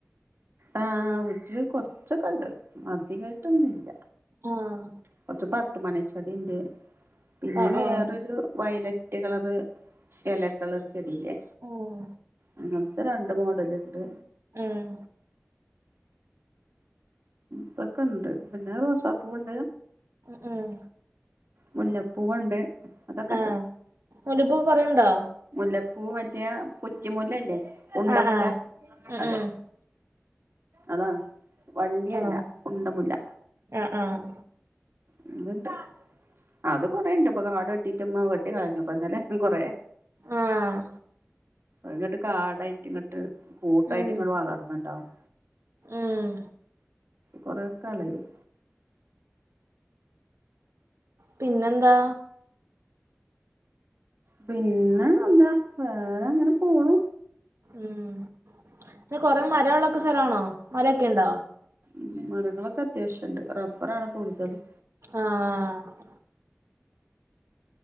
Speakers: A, on the right; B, on the right.
A: ആഹ് വീട്ടില് കൊറചോക്കെണ്ട് അധികായിട്ടൊന്നുല്ല
B: ആഹ്
A: കൊറച്ച് പത്ത് മണി ചെടി ഉണ്ട് പിന്നെ
B: ആഹ്
A: വേറെ
B: ആഹ്
A: ഒരു വയലറ്റ് കളറ് എലകള് ഉള്ള ചെടില്ലേ
B: ഉം
A: അങ്ങനത്തെ രണ്ട് മോഡല് എണ്ട്
B: ഉം
A: അതൊക്കെ എണ്ട് പിന്നെ റോസ പൂവ് ഒണ്ട്
B: ഉ ഉം
A: മുല്ലപ്പൂവ് ഒണ്ട് അതൊക്കെ എണ്ട്
B: ആഹ് മുല്ലപ്പൂ കൊറേയുണ്ടോ
A: മുല്ലപ്പൂ മറ്റേ കുറ്റിമുല്ല അല്ലേ ഉണ്ട
B: ആഹ്
A: മുല്ല
B: ആഹ് ഉം
A: അതെ
B: ഉം
A: അതാണ് വള്ളിയല്ല
B: ആഹ്
A: ഉണ്ട മുല്ല
B: ആഹ് ആഹ്
A: ഉം അത് എണ്ട് അത് കൊറെ എണ്ട് ഇപ്പ കാട് വെട്ടിട്ടും മ വെട്ടി കളഞ്ഞു ഇപ്പ ഇന്നലെ കൊറ
B: ആഹ്
A: ഇങ്ങോട്ട് കാടായിട്ട് ഇങ്ങോട്ട് കൂട്ടായിട്ട്
B: ഉം
A: ഇങ്ങോട്ട് വളർന്നണ്ടാവും
B: ഉം
A: കൊറേ കളയും
B: പിന്നെ എന്താ
A: പിന്നെ എന്താ വേറെ അങ്ങനെ പോണു
B: ഉം പിന്നെ കൊറെ മരം ഒള്ള ഒക്കെ സ്ഥല ആണോ മരം ഒക്കെ എണ്ട
A: ഉ മരങ്ങള് ഒക്കെ അത്യാവശ്യം എണ്ട് റബ്ബറ് ആണ് കൂടുതലും
B: ആഹ്